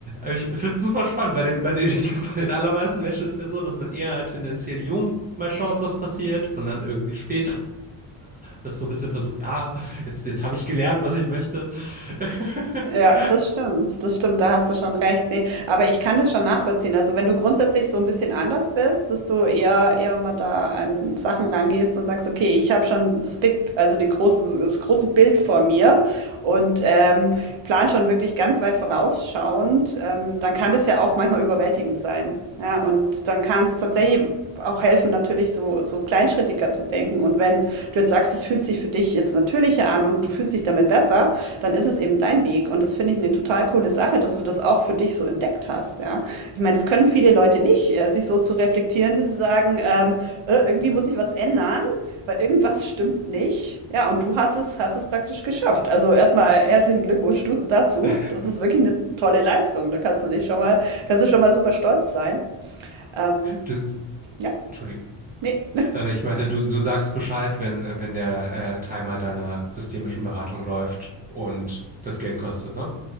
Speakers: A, on the right (about 20°); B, on the right (about 70°).
A: ich finde es super spannend. Bei, dem, bei, den, <laughs> ich glaub, bei den allermeisten Menschen ist ja so, dass man eher tendenziell jung mal schaut, was passiert und dann irgendwie später das so ein bisschen versucht, ja, jetzt, jetzt habe ich gelernt, was ich möchte. <laughs>
B: Ja, das stimmt, das stimmt, da hast du schon recht. Nee, aber ich kann das schon nachvollziehen. Also wenn du grundsätzlich so ein bisschen anders bist, dass du eher, eher mal da an Sachen rangehst und sagst, okay, ich habe schon das Big, also die großen, das große Bild vor mir und ähm, plan schon wirklich ganz weit vorausschauend, ähm, dann kann das ja auch manchmal überwältigend sein. Ja, und dann kann es tatsächlich auch helfen, natürlich so, so kleinschrittiger zu denken. Und wenn du jetzt sagst, es fühlt sich für dich jetzt natürlicher an und du fühlst dich damit besser, dann ist es eben dein Weg. Und das finde ich eine total coole Sache, dass du das auch für dich so entdeckt hast. Ja? Ich meine, das können viele Leute nicht, äh, sich so zu reflektieren, dass sie sagen, ähm, äh, irgendwie muss ich was ändern, weil irgendwas stimmt nicht. Ja, und du hast es, hast es praktisch geschafft. Also erstmal herzlichen Glückwunsch du, dazu.
A: <laughs>
B: Das ist wirklich eine tolle Leistung. Da kannst du dich schon mal, kannst du schon mal super stolz sein. Ähm,
A: Du,
B: ja,
A: Entschuldige.
B: nee.
A: Nein, nein, ich meinte, du, du sagst Bescheid, wenn, äh, wenn der äh, Timer deiner systemischen Beratung läuft und das Geld kostet, ne?